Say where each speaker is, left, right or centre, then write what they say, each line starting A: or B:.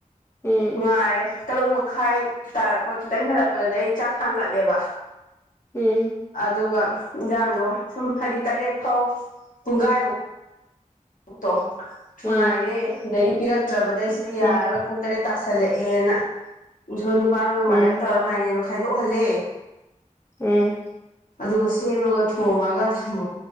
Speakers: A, on the left (about 20°); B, on the left (about 75°).
A: ꯎꯝ
B: ꯉꯥꯏꯔꯦ ꯇꯔꯨꯛ ꯃꯈꯥꯏ ꯇꯥꯔꯛꯄ ꯈꯤꯇꯪ ꯍꯜꯂꯛꯄꯗꯗꯤ ꯑꯩ ꯆꯥꯛ ꯊꯥꯡꯈꯠꯂꯦꯕ
A: ꯎꯝ
B: ꯑꯗꯨꯒ ꯏꯟꯖꯥꯡꯗꯣ ꯁꯨꯝ ꯍꯥꯏꯗꯤ ꯇꯔꯦꯠ ꯐꯥꯎ ꯄꯨꯡꯈꯥꯏꯃꯨꯛ ꯗꯣ
A: ꯎꯝ
B: ꯉꯥꯏꯔꯦ ꯑꯗꯩ ꯄꯤꯔꯛꯇ꯭ꯔꯕꯗꯩ ꯁꯤꯗꯤ ꯌꯥꯔꯔꯣꯏ
A: ꯎꯝ
B: ꯄꯨꯡ ꯇꯔꯦꯠ ꯇꯥꯁꯜꯂꯛꯑꯦꯅ ꯁꯣꯝ ꯅꯨꯄꯥꯔꯣꯝꯒꯤ
A: ꯎꯝ
B: ꯋꯥꯔꯗꯦꯟꯠ ꯇꯧꯔꯒ ꯃꯥꯏꯔꯦꯟꯗꯣ ꯈꯥꯏꯗꯣꯛꯍꯜꯂꯦ
A: ꯎꯝ
B: ꯑꯗꯨꯒ ꯁꯦꯝꯃꯒ ꯊꯣꯉꯒ ꯊꯨꯝ